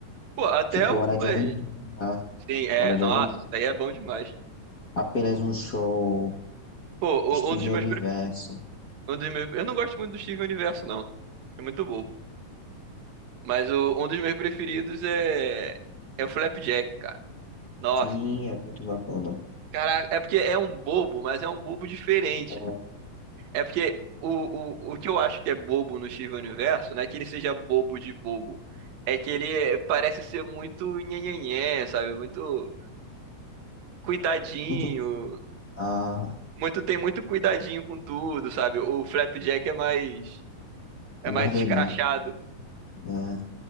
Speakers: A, on the right; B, on the left.
A: Pô, até
B: Tipo,
A: algumas.
B: Hora de Aventura,
A: Sim, é.
B: Hora de
A: Nossa,
B: Aventura,
A: isso daí é bom demais.
B: Apenas um Show,
A: Pô,
B: Steven
A: o- um dos meus,
B: Universo.
A: pre- um dos meus. Eu não gosto muito do Steven Universo, não. É muito bobo. Mas o- um dos meus preferidos é. É o Flapjack, cara. Nossa.
B: Sim, é muito bacana.
A: Caraca, é porque é um bobo, mas é um bobo diferente.
B: É
A: É porque o, o, o que eu acho que é bobo no Steven Universo, não é que ele seja bobo de bobo. É que ele é- parece ser muito nhenhenhé, sabe? Muito cuidadinho.
B: muito, ah,
A: muito tem muito cuidadinho com tudo, sabe? O Flapjack é mais é
B: é mais
A: mais
B: doidinho.
A: escrachado,
B: né?